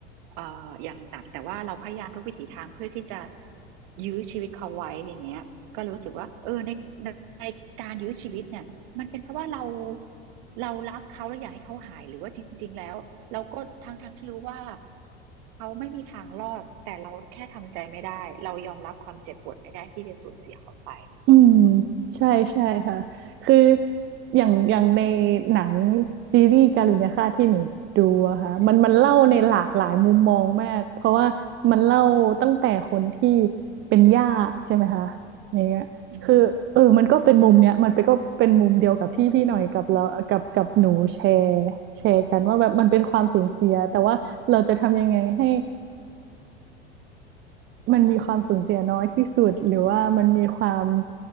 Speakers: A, on the right; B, on the right.
A: เอ่ออย่างหนักแต่ว่าเราพยายามทุกวิถีทางเพื่อที่จะยื้อชีวิตเขาไว้อะไรเงี้ยก็เลยรู้สึกว่าเออในในในการยื้อชีวิตเนี่ยมันเป็นเพราะว่าเราเรารักเขาแล้วอยากให้เขาหายหรือว่าจริงๆแล้วเราก็ทั้งทั้งที่รู้ว่าเขาไม่มีทางรอดแต่เราแค่ทำใจไม่ได้เรายอมรับความเจ็บปวดไม่ได้ที่จะสูญเสียเขาไป
B: อืมใช่ใช่ค่ะคืออย่างอย่างในหนังซีรีส์การุณยฆาตที่หนูดูอะค่ะมันมันเล่าในหลากหลายมุมมองมากเพราะว่ามันเล่าตั้งแต่คนที่เป็นญาติใช่ไหมคะอย่างเงี้ยคือเออมันก็เป็นมุมเนี้ยมันไปก็เป็นมุมเดียวกับที่พี่หน่อยกับเรากับกับหนูแชร์แชร์กันว่าแบบมันเป็นความสูญเสียแต่ว่าเราจะทำยังไงให้
A: อืม
B: มันมีความสูญเสียน้อยที่สุดหรือว่ามันมีความ